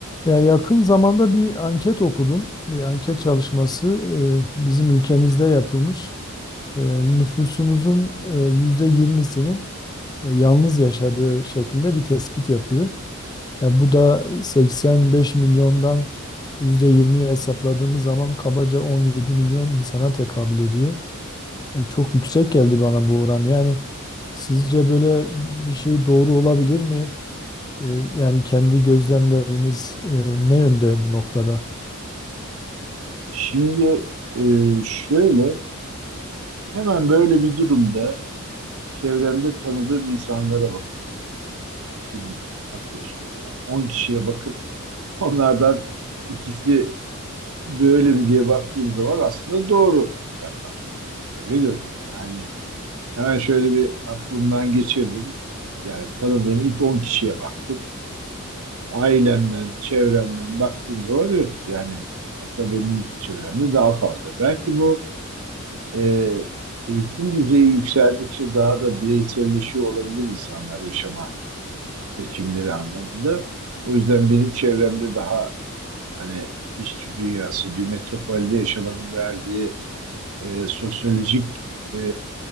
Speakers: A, on the left; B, on the right.
A: Ya yakın zamanda bir anket okudum. Bir anket çalışması e, bizim ülkemizde yapılmış. E, Nüfusumuzun e, %20'sinin e, yalnız yaşadığı şeklinde bir tespit yapıyor. Ya bu da 85 milyondan %20'yi hesapladığımız zaman kabaca 17 milyon insana tekabül ediyor. E, Çok yüksek geldi bana bu oran. Yani sizce böyle bir şey doğru olabilir mi? E, Yani kendi gözlemleriniz e, ne yönde bu noktada?
B: Şimdi e, şöyle hemen böyle bir durumda çevremde tanıdığım insanlara bak kim nasıl yaşıyor diye. yani 10 kişiye bakıp onlardan ikisi böyle mi diye baktığım zaman aslında doğru rakam öyle görünüyor. Yani hemen şöyle bir aklımdan geçirdim yani tanıdığım ilk 10 kişiye baktım ailemden çevremden baktığım zaman evet yani hatta benim çevremde daha fazla belki bu e, eğitim düzeyi yükseldikçe daha da bireyselleşiyor olabilir insanlar yaşama seçimleri anlamında. O yüzden benim çevremde daha hani işçi dünyası bir metropolde yaşamanın verdiği e, sosyolojik e,